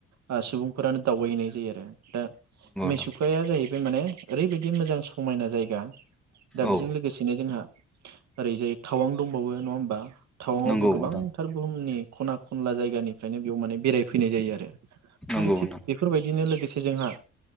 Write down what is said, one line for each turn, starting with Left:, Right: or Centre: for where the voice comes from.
Right: ओ सुबुंफोरानो दावबायहैनाय जायो आरो दा मेसुखाया
Centre: नोंथां
Right: जाहैबाय बेमाने ओरैबायदि मोजां समायना जायगा दा
Centre: औ
Right: बेजों लोगोसेनो जोंहा आरैजाय थावां दंबावो नंङा होमबा थावांआवबो
Centre: नंगौ
Right: गोबांथार
Centre: नोंथां
Right: बुहुमनि खना खनला जायगानिफ्रायनो बेयाव माने बेरायफैनाय जायो आरो
Centre: नंगौ
Right: आरो थिग
Centre: नोंथां
Right: बेफोरबायदिनो लोगोसे जोंहा